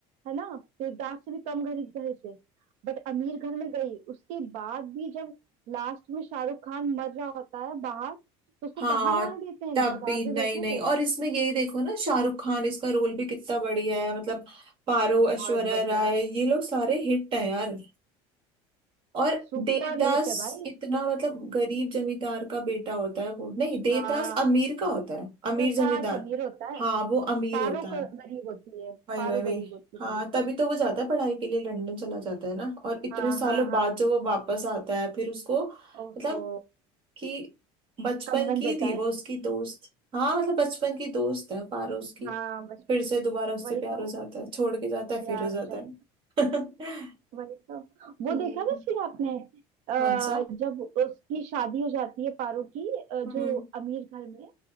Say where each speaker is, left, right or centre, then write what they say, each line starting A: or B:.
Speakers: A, on the right; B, on the right.
A: है ना देवदास से भी कम गरीब घर से बट अमीर घर में गई उसके बाद भी जब लास्ट में शाहरुख खान मर रहा होता है बाहर तो उसको
B: हाँ
A: कहाँ जाने देते हैं
B: तब
A: दरवाजे
B: भी नहीं
A: देखे
B: नहीं
A: थे
B: और इसमें यही देखो ना शाहरुख खान इसका रोल भी कितना बढ़िया है मतलब पारो
A: बहुत
B: ऐश्वर्या
A: बढ़िया
B: राय ये लोग सारे हिट हैं यार और
A: सुपर
B: देवदास
A: हिट है भाई
B: इतना मतलब गरीब जमींदार का बेटा होता है वो नहीं देवदास
A: हाँ
B: अमीर का होता है अमीर
A: देवदास
B: जमींदार
A: अमीर होता है
B: हाँ वो अमीर
A: पारो
B: होता
A: क-
B: है
A: गरीब होती है
B: वही
A: पारो
B: वही वही
A: गरीब होती
B: हाँ
A: है थोड़ी सी
B: तभी तो वो जाता है पढ़ाई के लिए लंदन चला जाता है ना और इतने
A: हाँ
B: सालों
A: हाँ
B: बाद
A: हाँ
B: जो वो वापस आता है फिर उसको
A: ओहो
B: मतलब कि बचपन
A: कंगन
B: की
A: देता
B: थी
A: है
B: वो उसकी दोस्त हाँ मतलब बचपन की दोस्त है पारो उसकी
A: हाँ बस
B: फिर से दोबारा उससे
A: वही
B: प्यार
A: तो
B: हो जाता है छोड़ के जाता है
A: प्यार
B: फिर हो जाता
A: हो जाता है।
B: है <laughs>
A: वही तो वो
B: हम्म
A: देखा था फिर आपने आ,
B: कौन सा
A: जब उसकी शादी हो जाती है पारो की अ, जो
B: हम्म
A: अमीर घर में